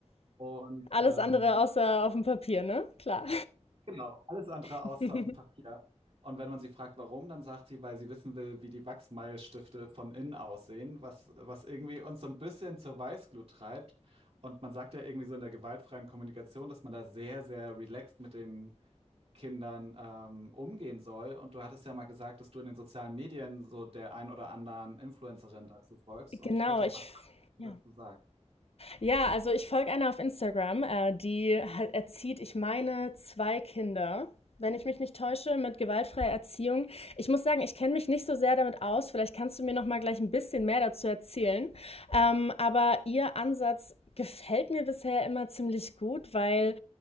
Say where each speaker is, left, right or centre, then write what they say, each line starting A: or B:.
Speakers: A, on the right; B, on the left.
A: Und
B: Alles
A: ähm,
B: andere außer auf dem Papier, ne? Klar.
A: Genau, alles andere
B: <laughs>
A: außer auf dem Papier. Und wenn man sie fragt, warum, dann sagt sie, weil sie wissen will, wie die Wachsmalstifte von innen aussehen, was, was irgendwie uns so ein bisschen zur Weißglut treibt. Und man sagt ja irgendwie so in der gewaltfreien Kommunikation, dass man da sehr, sehr relaxed mit den Kindern ähm, umgehen soll. Und du hattest ja mal gesagt, dass du in den sozialen Medien so der ein oder anderen Influencerin dazu folgst.
B: Genau,
A: Und ich wollte dich
B: ich
A: mal fragen, was du
B: ja.
A: dazu sagst.
B: Ja, also ich folge einer auf Instagram, äh, die halt erzieht, ich meine, zwei Kinder, wenn ich mich nicht täusche, mit gewaltfreier Erziehung. Ich muss sagen, ich kenne mich nicht so sehr damit aus. Vielleicht kannst du mir noch mal gleich ein bisschen mehr dazu erzählen. Ähm, aber ihr Ansatz gefällt mir bisher immer ziemlich gut, weil